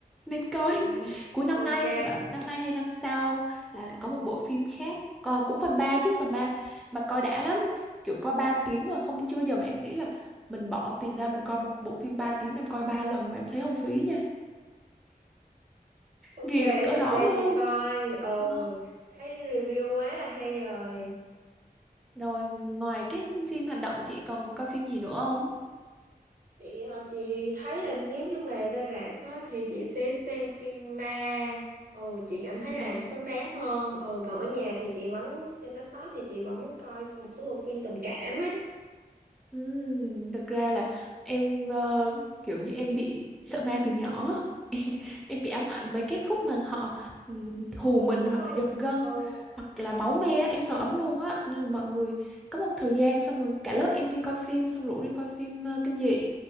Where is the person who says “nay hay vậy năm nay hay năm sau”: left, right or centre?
Centre